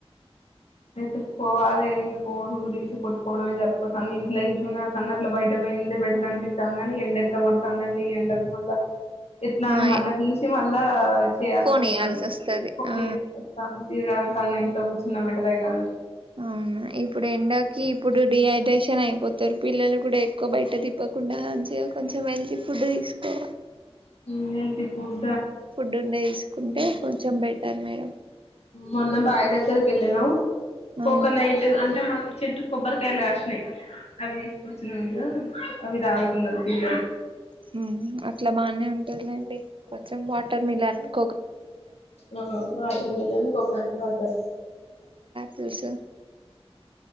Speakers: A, on the left (about 75°); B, on the right (about 55°).
A: వెతుక్కోవాలే ఈ ఫోన్ గురించి కొట్టుకోవడమే జరిపోతాంది ఇంట్ల ఇంట్లో ఉన్నే కన్నా అట్లా బయట పోయిందే బెటర్ అనిపితాంది కాని ఈ ఎండ ఎట్లా కొడుతాంది అండి ఈ ఎండకు మళ్ళ ఎట్లా అని
B: ఆ
A: మళ్ళా పిలిసి మళ్ళా చేయాల్సి
B: ఫోన్
A: వస్తాంది
B: వస్తది
A: పోనిలే
B: ఆ
A: ప్రస్తుతానికి ఇక్కడ కన్నా ఇంట్లో కూర్చున్న బె వెయ్యి గానీ
B: అవునా ఇప్పుడు ఎండాకి ఇప్పుడు డిహైడ్రేషన్ అయిపోతారు పిల్లలు కూడా ఎక్కువ బయట తిప్పకుండా మంచిగా కొంచెం హెల్తీ ఫుడ్ తీసుకోవాలి.
A: హ్మ్మ్ హెల్తీ ఫుడ్
B: న్న తీసుకుంటే
A: అ
B: కొంచెం బెటర్ మేడం
A: మొన్న బాయి దగ్గరికి వెళ్లినం
B: ఆ
A: కోకోనైట్ అంటే మాకు చెట్టు కొబ్బరికాయలు కాస్ అవి తీస్కుచ్చినం ఇగ అవి తాగుతున్నారు పిల్లలు
B: హ్మ్మ్ అట్లా బానే ఉంటేలేండి కొంచెం వా <unintelligible>
A: ఆ వాటర్ మలన్ కోకనట్ వాటర్
B: తెలుస